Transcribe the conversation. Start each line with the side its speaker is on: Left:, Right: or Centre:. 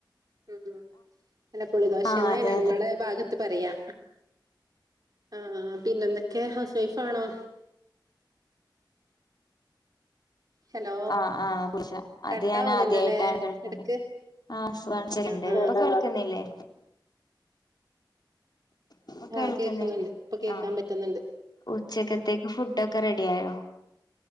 Right: ഉം അല്ല പുളി ദോശേന്നാ
Left: ആഹ് അതെ
Right: ഞങ്ങളെ
Left: അതെ
Right: ഭാഗത്ത് ത്ത് പറയാ ആഹ് പിന്നെന്തൊക്കെ ഹൗസ് വൈഫ് ആണോ ഹലോ
Left: ആഹ് ആഹ് പുളിശ അത്
Right: കട്ടാവുന്നുണ്ടല്ലേ
Left: ഞാൻ ആദ്യായിട്ടാണ് കേൾക്കുന്നത്
Right: ഇടക്ക്
Left: ആഹ്
Right: ആഹ്
Left: <unintelligible>
Right: ആഹ്
Left: ഇപ്പൊ കേൾക്കുന്നില്ലേ ഇപ്പ കേൾക്കുന്നില്ലേ
Right: ആഹ് കേക്കുന്നുണ്ട് ഇപ്പൊ കേക്കാൻ
Left: ആ
Right: പറ്റുന്നുണ്ട്
Left: ഉച്ചക്കത്തേക്ക്
Right: ആഹ്
Left: ഫുടൊക്കെ റെഡി ആയോ